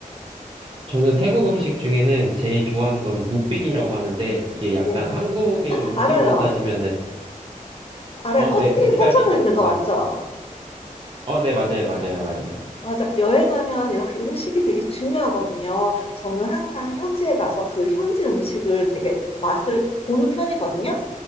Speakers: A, on the right; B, on the left.
A: 저는 태국 음식 중에는 제일 좋아하는 건 무빙이라고 하는데, 이게 약간
B: 네.
A: 한국의 음식으로
B: 알아요.
A: 따지면은,
B: 알아요.
A: 어,
B: 꽃이
A: 네, 돼지갈비
B: 꽂혀져 있는 거
A: 맛.
B: 맞죠?
A: 어, 네, 맞아요, 맞아요, 맞아요.
B: 맞아. 여행하면 이렇게 음식이 되게 중요하거든요. 저는 항상 현지에 가서 그 현지 음식을 되게 맛을 보는 편이거든요.